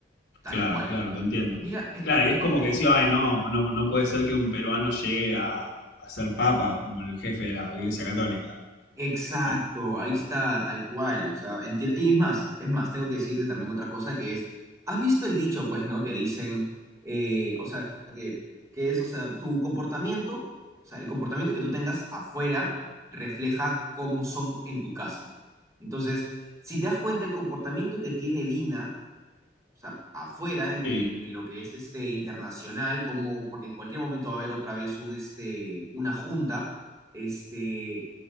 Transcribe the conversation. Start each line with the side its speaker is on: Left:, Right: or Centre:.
Right: tal
Left: Claro,
Right: cual.
Left: claro, te entiendo.
Right: Mira, es,
Left: Claro, y es como
Right: es que
Left: que decía, ay, no, no, no puede ser que un peruano llegue a, a ser papa como el jefe de la Iglesia Católica.
Right: Exacto,
Left: Sí.
Right: ahí está, tal cual. O sea, enti- Y es más, es más, tengo que decirte también otra cosa que es, ¿has visto el dicho, pues, ¿no? Que dicen, eh, o sea, que, que es, o sea, tu comportamiento, o sea, el comportamiento que tú tengas afuera refleja cómo son en tu casa. Entonces, si te das cuenta, el comportamiento que tiene Dina o sea, afuera, en,
Left: Sí,
Right: en lo que es este internacional, como, porque en cualquier momento va a haber otra vez un, este, una junta, este,